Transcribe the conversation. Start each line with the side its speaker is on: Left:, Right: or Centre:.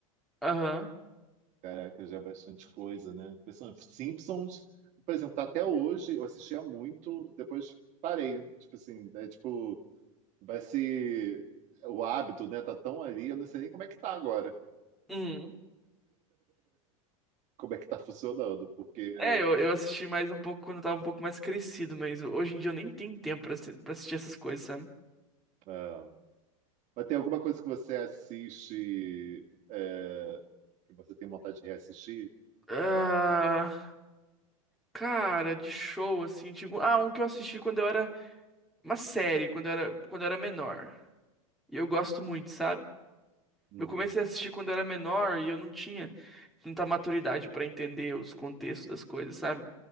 Centre: Aham.
Right: Caraca, já é bastante coisa, né? Impressionante. Simpsons, por exemplo, tá até hoje, eu assistia muito, depois parei. Tipo assim, é tipo. Vai ser o hábito, né? Tá tão ali, eu não sei nem como é que tá agora,
Centre: Uhum.
Right: como é que tá funcionando, porque
Centre: É, eu, eu assisti mais um pouco quando eu tava um pouco mais crescido, mas hoje em dia eu nem tenho tempo pra, assi- pra assistir essas coisas, sabe?
Right: é, mas tem alguma coisa que você assiste é, que você tem vontade de reassistir
Centre: Ah,
Right: da época?
Centre: cara, de show, assim, tipo. Ah, um que eu assisti quando eu era. Uma série, quando eu era, quando eu era menor. E eu gosto muito, sabe?
Right: Uhum.
Centre: Eu comecei a assistir quando eu era menor e eu não tinha tanta maturidade pra entender os contextos das coisas, sabe?